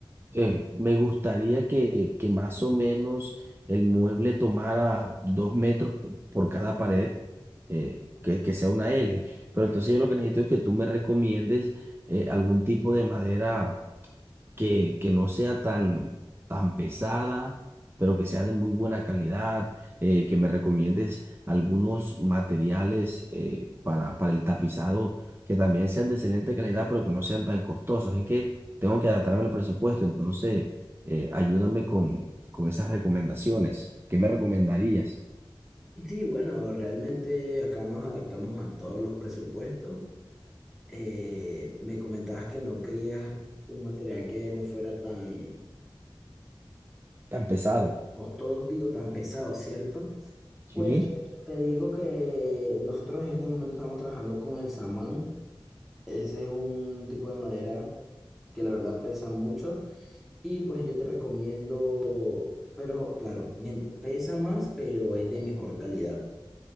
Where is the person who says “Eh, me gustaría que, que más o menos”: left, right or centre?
Right